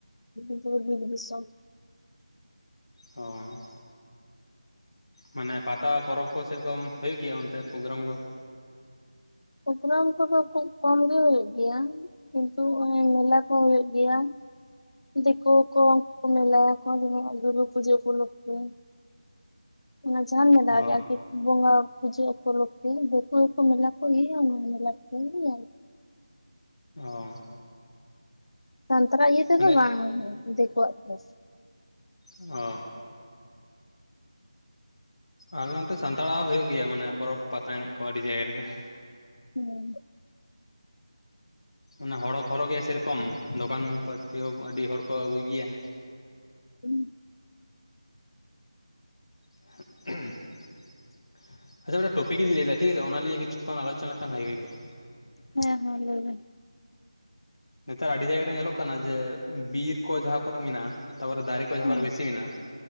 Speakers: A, on the left; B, on the left.
A: <inaudible> ᱵᱤᱨ ᱫᱤᱥᱚᱢ।
B: ᱦᱚᱸ ᱢᱟᱱᱮ ᱯᱟᱛᱟ ᱯᱚᱨᱚᱵᱽ ᱠᱚ ᱥᱮᱨᱚᱠᱚᱢ ᱦᱩᱭᱩᱜ ᱜᱮᱭᱟ ᱚᱱᱛᱮ ᱯᱨᱳᱜᱨᱟᱢ ᱠᱚ?
A: ᱯᱨᱳᱜᱨᱟᱢ ᱠᱚ ᱫᱚ ᱠᱷᱩᱵ ᱠᱚᱢ ᱜᱮ ᱦᱩᱭᱩᱜ ᱜᱮᱭᱟ। ᱠᱤᱱᱛᱩ ᱱᱚᱜᱼᱚᱭ ᱢᱮᱞᱟ ᱠᱚ ᱦᱳᱭᱳᱜ ᱜᱮᱭᱟ। ᱫᱮᱠᱚ ᱠᱚ ᱢᱮᱞᱟ ᱭᱟᱠᱚ ᱡᱮᱢᱚᱱ ᱱᱚᱜᱼᱚᱭ ᱜᱩᱨᱜ ᱯᱩᱡᱟᱹ ᱩᱯᱚᱞᱚᱠᱽᱠᱷᱮ। ᱚᱱᱟ ᱡᱷᱟᱢ ᱢᱮᱞᱟ
B: ᱚ
A: ᱟᱨᱠᱤ ᱵᱚᱸᱜᱟ ᱯᱩᱡᱟᱹ ᱩᱯᱚᱞᱚᱠᱽᱠᱷᱮ ᱵᱮᱠᱩ ᱠᱚ ᱢᱮᱞᱟ ᱠᱚ ᱤᱭᱟᱹ ᱭᱟ ᱢᱮᱞᱟ ᱠᱚᱨᱮ
B: ᱚᱻ
A: ᱥᱟᱱᱛᱟᱲᱟᱜ ᱤᱭᱟᱹ ᱛᱮᱫᱚ
B: ᱢᱟᱱᱮ
A: ᱵᱟᱝ᱾ ᱫᱤᱠᱩᱣᱟᱜ ᱜᱮ᱾
B: ᱚ ᱟᱨ ᱱᱚᱛᱮ ᱥᱟᱱᱛᱟᱲᱟᱜ ᱦᱩᱭᱩᱜ ᱜᱮᱭᱟ ᱢᱟᱱᱮ ᱯᱚᱨᱚᱵᱽ ᱯᱟᱛᱟ ᱮᱱᱮᱡ ᱠᱚ ᱟᱹᱰᱤ ᱡᱟᱭᱜᱟ ᱨᱮᱜᱮ।
A: ᱦᱩᱸ
B: ᱚᱱᱟ ᱦᱚᱲ ᱦᱚᱸ ᱦᱚᱨᱚᱜ ᱜᱮᱭᱟ ᱥᱮᱨᱚᱠᱚᱢ ᱫᱚᱠᱟᱱ ᱯᱟᱹᱛᱤ ᱦᱚᱸ ᱟᱹᱰᱤ ᱦᱚᱲ ᱠᱚ ᱟᱹᱜᱩᱭ ᱜᱮᱭᱟ।
A: <inaudible>
B: <inaudible> ᱟᱪᱪᱷᱟ ᱢᱤᱫᱴᱟᱝ ᱴᱚᱯᱤᱠ ᱤᱧ ᱞᱟᱹᱭᱮᱫᱟ ᱴᱷᱤᱠ ᱟᱪᱷᱮ ᱚᱱᱟ ᱞᱤᱭᱟᱹ ᱠᱤᱪᱷᱩ ᱠᱷᱚᱱ ᱟᱞᱚᱪᱚᱱᱟ ᱞᱮᱠᱷᱟᱱ ᱵᱷᱟᱜᱮ ᱠᱚᱼᱟ
A: ᱦᱮᱸ ᱦᱮᱸ ᱞᱟᱹᱭᱵᱤᱱ
B: ᱱᱮᱛᱟᱨ ᱟᱹᱰᱤ ᱡᱟᱭᱜᱟ ᱨᱮ ᱧᱮᱞᱚᱜ ᱠᱟᱱᱟ ᱡᱮ ᱵᱤᱨ ᱠᱚ ᱡᱟᱦᱟᱸ ᱠᱚᱨᱮ ᱢᱮᱱᱟᱜᱼᱟ ᱛᱟᱯᱚᱨᱮ ᱫᱟᱨᱮ ᱠᱚ ᱡᱟᱦᱟᱸ
A: ᱦᱩᱸ
B: ᱠᱚᱨᱮ ᱵᱮᱥᱤ ᱢᱮᱱᱟᱜᱼᱟ